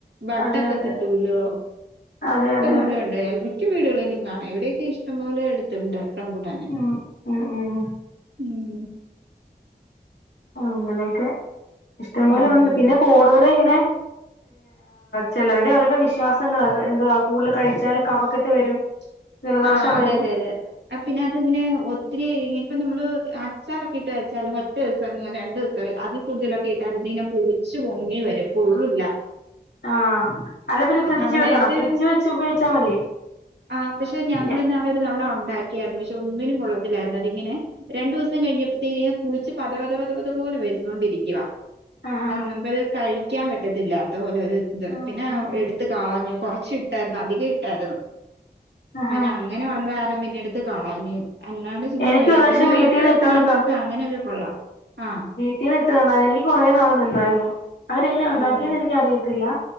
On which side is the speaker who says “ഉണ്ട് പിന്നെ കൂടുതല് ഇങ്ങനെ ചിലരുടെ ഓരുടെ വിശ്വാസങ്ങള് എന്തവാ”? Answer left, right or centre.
Left